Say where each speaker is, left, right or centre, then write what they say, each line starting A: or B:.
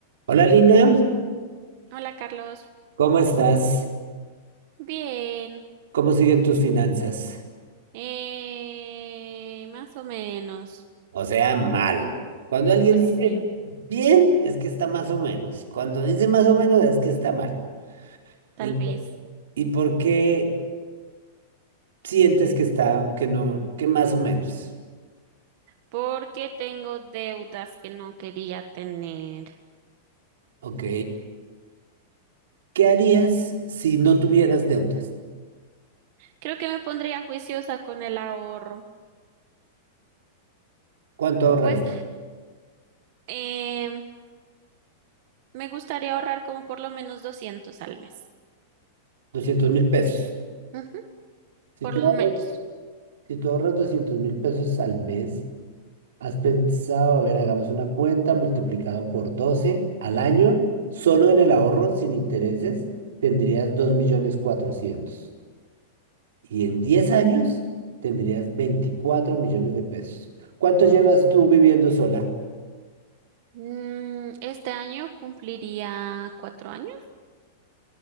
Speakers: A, on the right; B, on the right.
A: Hola Lina,
B: Hola Carlos,
A: ¿cómo estás?
B: bien,
A: ¿Cómo siguen tus finanzas?
B: eh, más o menos,
A: O sea, mal. Cuando alguien
B: pues
A: dice
B: sí,
A: bien, es que está más o menos. Cuando dice más o menos, es que está mal.
B: tal
A: En-
B: vez,
A: ¿Y por qué sientes que está, que no, que más o menos?
B: porque tengo deudas que no quería tener.
A: Ok. ¿Qué harías si no tuvieras deudas?
B: Creo que me pondría juiciosa con el ahorro,
A: ¿Cuánto ahorrarías?
B: pues eh, me gustaría ahorrar como por lo menos 200 al mes,
A: Doscientos mil pesos.
B: Ujú,
A: Si
B: por
A: tú
B: lo
A: ahorras,
B: menos.
A: si tú ahorras 200 mil pesos al mes, ¿Has pensado, a ver, hagamos una cuenta multiplicado por 12 al año, solo en el ahorro, sin intereses, tendrías 2.400.000. Y en 10 años tendrías 24 millones de pesos. ¿Cuánto llevas tú viviendo sola?
B: Mm, este año cumpliría cuatro años.